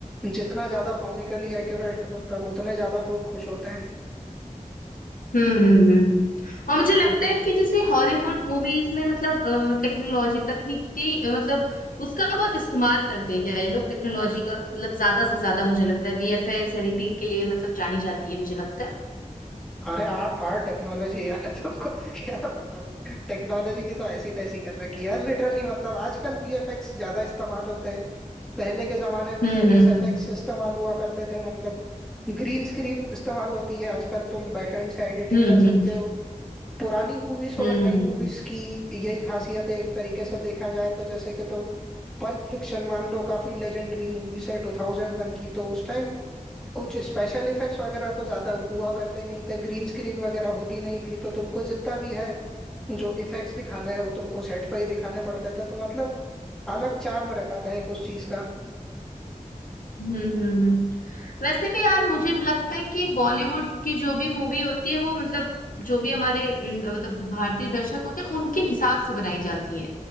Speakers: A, in the centre; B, on the left.
A: जितना ज्यादा कॉमिकली एक्यूरेट मतलब उतने ज्यादा लोग खुश होते
B: हम्म हम्म हम्म हम्म। और मुझे लगता
A: हैं
B: है कि जैसे हॉलीवुड मूवीज में मतलब टेक्नोलॉजी तकनीक की अ, मतलब उसका बहुत इस्तेमाल करते हैं क्या ये लोग टेक्नोलॉजी का मतलब ज्यादा से ज्यादा मुझे लगता है वीएफएक्स एडिटिंग के लिए मतलब जानी जाती है मुझे लगता है
A: अरे आर्ट फाड़ टेक्नोलॉजी <laughs> यार तुमको क्या बताऊं टेक्नोलॉजी की तो ऐसी तैसी कर रखी है यार, लिटरली मतलब आजकल वीएफएक्स ज्यादा इस्तेमाल होते हैं पहले के जमाने में
B: हम्म
A: एसएफएक्स
B: हम्म
A: इस्तेमाल हुआ करते थे मतलब ग्रीन स्क्रीन इस्तेमाल होती है आजकल तुम बैकएंड से एडिटिंग
B: हम्म
A: कर सकते हो पुरानी मूवीज और
B: हम्म
A: नई
B: हम्म
A: मूवीज की यही खासियत है एक तरीके से देखा जाए तो जैसे कि तुम पल्प फिक्शन मान लो काफी लेजेंडरी मूवीज है 2001 की तो उस टाइम कुछ स्पेशल इफेक्ट्स वगैरह तो ज्यादा हुआ करते नहीं थे ग्रीन स्क्रीन वगैरह होती नहीं थी तो तुमको जितना भी है जो इफेक्ट्स दिखाने हैं वो तुमको सेट पे ही दिखाने पड़ते थे तो मतलब अलग चार्म रहता था एक उस चीज का
B: हम्म हम्म हम्म हम्म हम्म, हम्म, हम्म, हम्म, वैसे भी यार मुझे लगता है कि बॉलीवुड की जो भी मूवी होती है वो मतलब जो भी हमारे इंड- मतलब भारतीय दर्शक होते हैं उनके हिसाब से बनाई जाती है